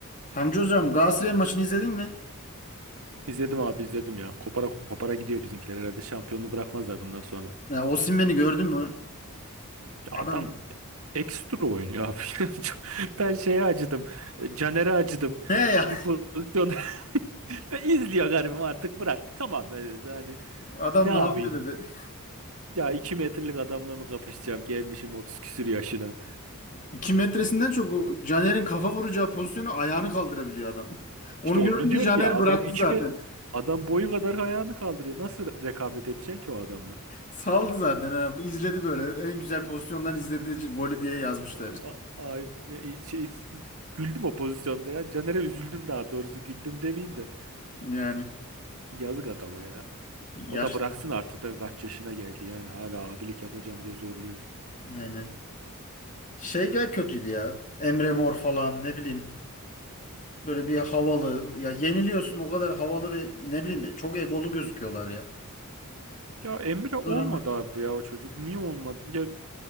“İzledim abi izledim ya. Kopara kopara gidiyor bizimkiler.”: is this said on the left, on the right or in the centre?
Right